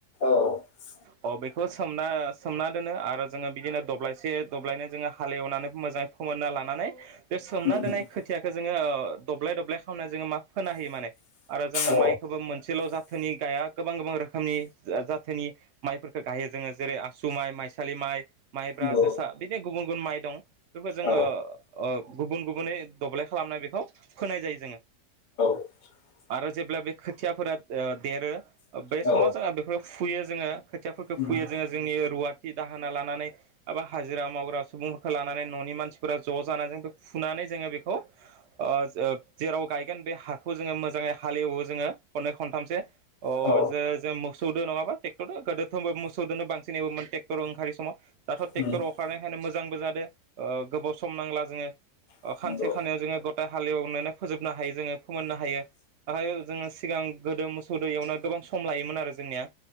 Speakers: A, on the left; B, on the right.
A: <inaudible>
B: अ बेखौ सोमना सोमना दोनो आरो जोङो बिदिनो दब्लायसे दब्लायनै जोङो हालेवनानै मोजाङै फोमोनना लानानै बे सोमना
A: नोंथां
B: दोननाय खोथियाखो जोङो ओ दब्लाय-दब्लाय खालामना जोङो मा फोना होयो माने आरो जों
A: औ
B: माइखौबो मोनसेल' जात। थनि गाया गोबां-गोबां रोखोमनि जाथोनि माइफोरखो गायो जोङो जेरै आसु माइ, माइसालि माइ। माइ-माइब्रा,
A: नंगौ
B: जोसा बिदि गुबुन-गुबुन माइ दं बेखो जोङो
A: औ
B: ओ गुबुन-गुबुनै। दब्लाय खालामनाय बेखौ फोनाय जायो जोङो।
A: <unintelligible>
B: आरो जेब्ला बे खोथियाफोरा ओ देरो बे
A: औ
B: समाव जोंहा बेफोरखो फुयो जोङो खोथियाफोरखो।
A: नंगौ
B: फुयो जोङो जोंनि रुवाथि, दाहोना लानानै बबा हाजिरा मावग्रा सुबुंफोरखौ लानानै न'नि मानसिफोरा। ज' जानानै जों बे फुनानै जोङो बेखौ। खौ ओ जेराव गायगोन बे हाखौ जोङो मोजाङै हालेवो जोङो खननै खनथामसो‌ अ!
A: औ
B: जो जों मोसौदो नङाबा ट्रेक्टरदो गोदोथ' मोसौदोनो बांसिन एवोमोन ट्रेक्टर ओंखारै सम। दाथ' ट्रेक्टर
A: नंगौ
B: अखारनायखायनो मोजांबो जादो ओ गोबाव सम नांला जोङो अ
A: नंगौ
B: खान। से खानायाव जोङो गताइ हालेवनानै फोजोबनो हायो जोङो फोमोननो हायो। दाहाय जोङो सिगां गोदो मोसौदो एवना गोबां सम लायोमोन आरो जोंनिया।